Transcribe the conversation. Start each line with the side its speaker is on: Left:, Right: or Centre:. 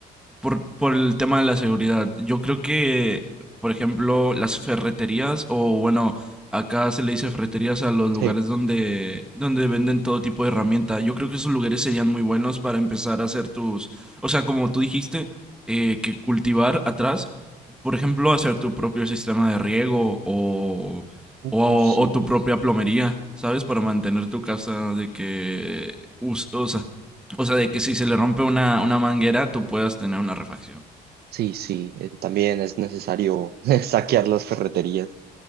Centre: por, por el tema de la seguridad. Yo creo que, por ejemplo, las ferreterías o bueno, acá se le dice ferreterías a los lugares
Right: Sí.
Centre: donde, donde venden todo tipo de herramienta. Yo creo que esos lugares serían muy buenos para empezar a hacer tus, o sea, como tú dijiste, eh, que cultivar atrás, por ejemplo, hacer tu propio sistema de riego o,
Right: Uh,
Centre: o,
Right: sí,
Centre: o tu propia plomería, ¿sabes? Para mantener tu casa de que, us- o sea, o sea, de que si se le rompe una, una manguera, tú puedas tener una refacción.
Right: sí, sí. eh, También es necesario <laughs> saquear las ferreterías.